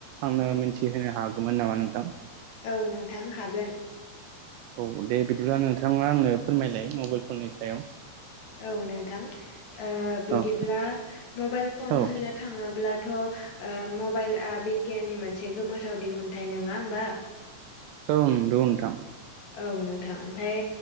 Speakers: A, on the right; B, on the left.
A: आंनो मिथिहोनो हागौमोन नामा नोंथां
B: औ नोंथां हागोन
A: औ दे बिदिब्ला नोंथाङा आंनो फोरमायलाय मबाइलफोरनि सायाव
B: औ नोंथां बिदिब्ला
A: औ
B: मबाइल फन
A: औ
B: होननो थाङोब्लाथ मबाइलआ बिगियाननि मोनसे गोमोथाव दिहुनथाइ नङा होमबा
A: औ नंगौ नोथां
B: औ नोंथां ओमफ्राय